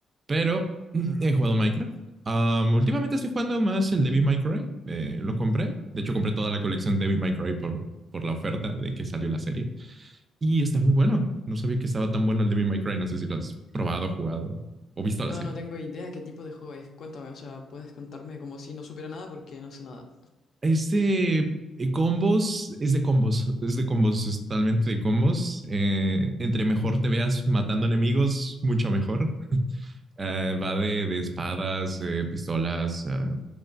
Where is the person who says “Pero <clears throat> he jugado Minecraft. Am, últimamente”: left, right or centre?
Right